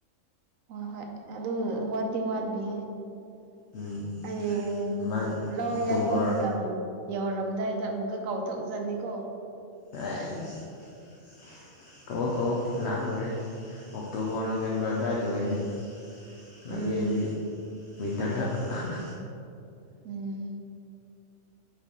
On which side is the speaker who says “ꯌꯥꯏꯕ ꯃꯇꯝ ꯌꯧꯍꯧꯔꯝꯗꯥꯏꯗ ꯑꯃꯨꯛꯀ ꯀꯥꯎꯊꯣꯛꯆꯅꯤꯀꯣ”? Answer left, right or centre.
Right